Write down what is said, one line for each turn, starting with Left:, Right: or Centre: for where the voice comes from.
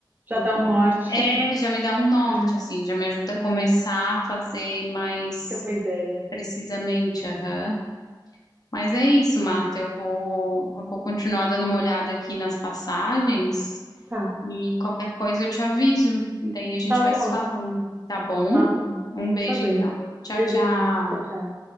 Right: Já dá
Left: um-
Right: um norte.
Left: é,
Right: <laughs>
Left: já me dá um norte,
Right: É,
Left: assim, já me ajuda a começar
Right: é.
Left: a fazer mais
Right: Tem uma ideia.
Left: precisamente, aham. Mas é isso, Marta. Eu vou, eu vou continuar dando uma olhada aqui nas passagens.
Right: Tá.
Left: E qualquer coisa eu te aviso. E daí a gente
Right: Tá
Left: vai
Right: bom.
Left: se falando. Tá bom?
Right: Tá bom.
Left: Um beijo
Right: Tá bem.
Left: então. Tchau,
Right: Beijinho.
Left: tchau.
Right: Tchau, tchau.